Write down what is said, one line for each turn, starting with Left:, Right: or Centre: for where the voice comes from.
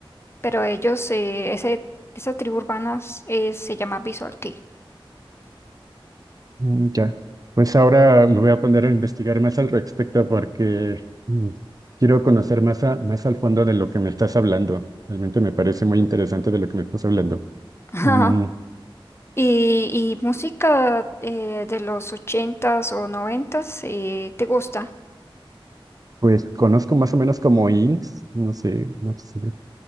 Left: Pero ellos, eh, ese, esa tribu urbana s- eh, se llama Visual Kei.
Right: Mm, Ya, pues ahora me voy a poner a investigar más al respecto porque mm, quiero conocer más, a- más al fondo de lo que me estás hablando. Realmente me parece muy interesante de lo que me estás hablando.
Left: <laughs>
Right: Mm,
Left: Y, y música eh, de los ochentas o noventas, eh, ¿te gusta?
Right: pues conozco más o menos como INCS, no sé, no sé,